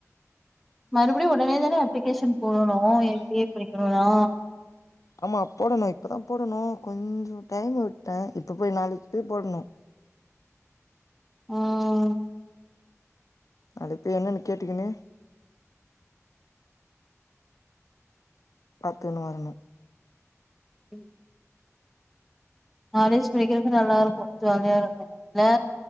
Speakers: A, in the centre; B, on the left (about 85°).
A: மறுபடியும் உடனே தானே அப்ளிகேஷன் போடணும் எம்பிஏ படிக்கனுனா
B: ஆமா போடணு இப்பதான் போடணு கொஞ்ச டைம் விட்டேன் இப்ப போய் நாளைக்கு போய் போடணு
A: உஹம்
B: அதுப்பு பெய் என்னன்னு கேட்டுக்கன்னு பாத்துன்னு வரணு
A: உம் காலேஜ் படிக்கிறது நல்லா இருக்கும் ஜாலியா இருக்கும் லெ